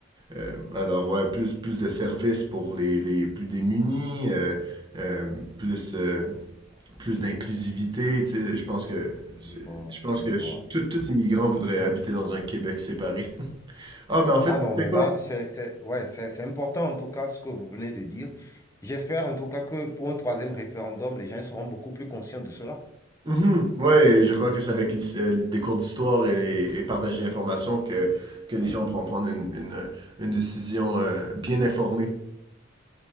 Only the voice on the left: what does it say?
je vois,
je
vois,
Ah
non,
mais
là, c'est, c'est, ouais, c'est, c'est important en tout cas ce que vous venez de dire. J'espère en tout cas que pour un troisième référendum, les gens seront beaucoup plus conscients de cela.
Ouais.